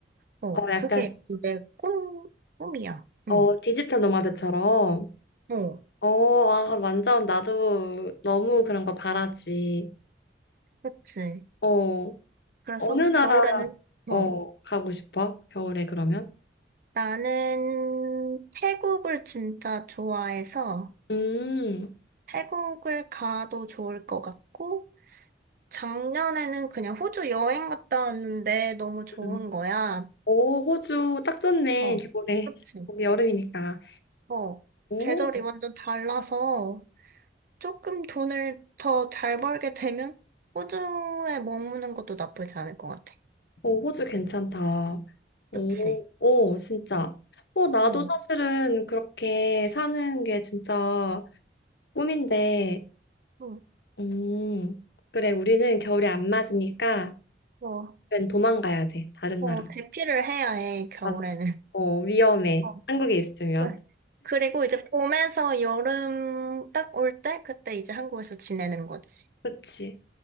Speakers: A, on the right; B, on the left.
A: 어,
B: 어, 약간,
A: 그게 내 꿈, 꿈이야.
B: 어,
A: 응,
B: 디지털 노마드처럼.
A: 어,
B: 어, 아, 완전 나도 너무 그런 거 바라지.
A: 그치.
B: 어,
A: 그래서
B: 어느 나라,
A: 겨울에는,
B: 어,
A: 어,
B: 가고 싶어? 겨울에 그러면?
A: 나는 태국을 진짜 좋아해서
B: 음,
A: 태국을 가도 좋을 것 같고, 작년에는 그냥 호주 여행 갔다 왔는데 너무 좋은
B: 음.
A: 거야.
B: 오, 호주 딱 좋네.
A: 어,
B: 겨울에.
A: 그치.
B: 거기 여름이니까.
A: 어,
B: 오.
A: 계절이 완전 달라서 조금 돈을 더 잘 벌게 되면 호주에 머무는 것도 나쁘지 않을 것 같아.
B: 어, 호주 괜찮다. 오,
A: 그치.
B: 오, 진짜. 어, 나도
A: 어,
B: 사실은 그렇게 사는 게 진짜 꿈인데,
A: 어,
B: 음, 그래, 우리는 겨울이 안 맞으니까,
A: 어,
B: 그 도망가야 돼, 다른
A: 어,
B: 나라.
A: 대피를 해야 해, 겨울에는.
B: 맞아. 어, 위험해.
A: 어,
B: 한국에 있으면.
A: 그- 그리고 이제 봄에서 여름 딱 올 때, 그때 이제 한국에서 지내는 거지.
B: 그치.